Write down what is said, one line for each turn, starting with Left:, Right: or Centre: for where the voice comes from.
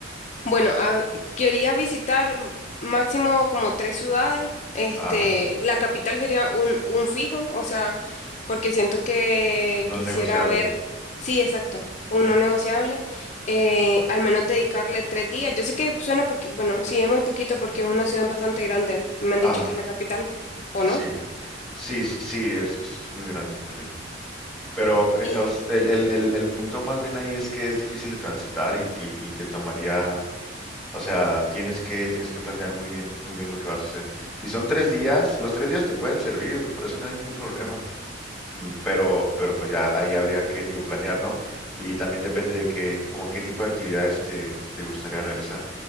Left: Bueno, a- quería visitar máximo como tres ciudades. Este,
Centre: Ajá,
Left: la capital sería un, un fijo, o sea, porque siento que
Centre: no
Left: quisiera
Centre: es negociable.
Left: ver, sí, exacto, un
Centre: Ujú.
Left: no negociable. eh, al menos dedicarle tres días. Yo sé que suena poquito, bueno, sí, es muy poquito porque es una ciudad bastante grande. Me han
Centre: Ajá,
Left: dicho que es la capital, ¿o
Centre: sí,
Left: no?
Centre: sí, sí, sí, es, es, es muy grande en realidad. Pero eh,
Left: Y,
Centre: os- el, el, el, el punto más bien ahí es que es difícil de transitar y, te- y te tomaría O sea, tienes que, tienes que planear muy bien, muy bien lo que vas a hacer. Si son tres días, los tres días te pueden servir, por eso no hay ningún problema. Mm, Pero, pero pues ya ahí habría que, digo, planear, ¿no? Y también depende de qué, como qué tipo de actividades te, te gustaría realizar.